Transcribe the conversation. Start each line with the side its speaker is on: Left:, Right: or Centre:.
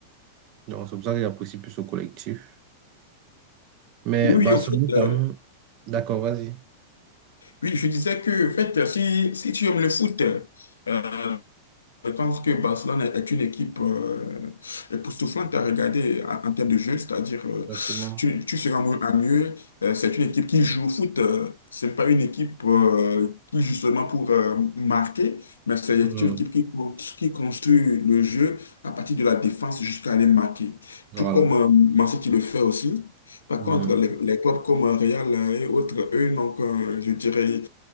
Right: Donc, c'est pour ça que j'apprécie plus au collectif. Mais
Left: Oui,
Right: Barcelone,
Left: oui, au fait, euh,
Right: quand même. D'accord, vas-y.
Left: oui, je disais que, en fait, si, si tu aimes le foot, euh, Je pense que Barcelone est est une équipe euh, époustouflante à regarder en, en termes de jeu, c'est-à-dire euh,
Right: Exactement.
Left: tu, tu seras mieux, à mieux. Euh, c'est une équipe qui joue au foot. euh, c'est pas une équipe euh, qui justement pour euh, marquer, mais c'est
Right: Mhm.
Left: une équipe qui, con- qui construit le jeu à partir de la défense jusqu'à les marquer.
Right: Voilà.
Left: Tout comme euh, Manchester City le fait aussi. Par
Right: Mhm.
Left: contre, les, les clubs comme euh, Real euh, et autres, eux, donc, euh, je dirais,